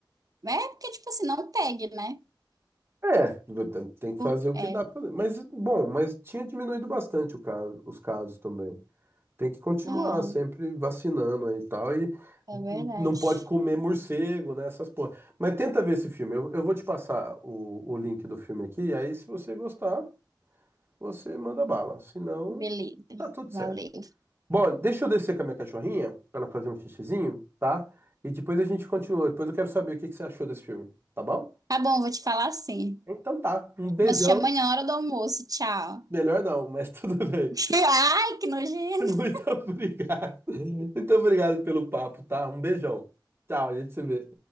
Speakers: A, on the right (about 50°); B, on the right (about 30°).
A: É porque, tipo assim, não pegue, né?
B: É, tem tem que
A: Por-
B: fazer o
A: É,
B: que dá pra fazer. Mas, bom, mas tinha diminuído bastante o caso, os casos também. Tem que continuar
A: não,
B: sempre vacinando aí e tal. E
A: é verdade.
B: n- não pode comer morcego, né? Essas porra. Mas tenta ver esse filme. Eu, eu vou te passar o, o link do filme aqui. Aí, se você gostar, você manda bala. Se não,
A: Beleza,
B: tá tudo
A: valeu.
B: certo. Bom, deixa eu descer com a minha cachorrinha pra ela fazer um xixizinho, tá? E depois a gente continua. Depois eu quero saber o que que você achou desse filme, tá bom?
A: Tá bom, vou te falar assim.
B: Então tá. Um beijão.
A: Mas te amanhã na hora do almoço, tchau.
B: Melhor não, mas <laughs> tudo bem.
A: <laughs> Ai, que nojento.
B: Muito <laughs> obrigado. Muito obrigado pelo papo, tá? Um beijão. Tchau, a gente se vê.